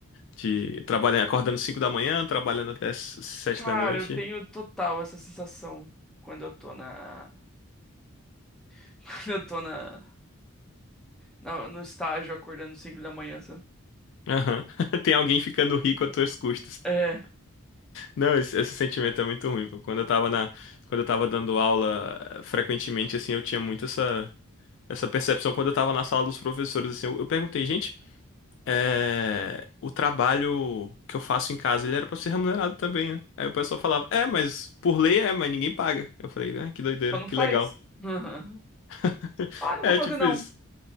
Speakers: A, on the left (about 60°); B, in the centre.
A: de trabalhando, acordando 5 da manhã, trabalhando até s- 7
B: Cara,
A: da noite.
B: eu tenho total essa sensação quando eu tô na. <laughs> Quando eu tô na... na- no estágio acordando 5 da manhã, sabe?
A: Aham. <laughs> Tem alguém ficando rico às tuas custas.
B: É,
A: Não, esse, esse sentimento é muito ruim. pô. Quando eu tava na, quando eu tava dando aula eh, frequentemente, assim, eu tinha muito essa, essa percepção quando eu tava na sala dos professores, assim, eu, eu perguntei, gente, é, o trabalho que eu faço em casa, ele era pra ser remunerado também, né? Aí o pessoal falava, é, mas por lei é, mas ninguém paga. Eu falei, ah, que doideira,
B: só não
A: que
B: faz.
A: legal.
B: <laughs>
A: <laughs>
B: Ah, não
A: É,
B: vou fazer
A: tipo
B: não.
A: isso.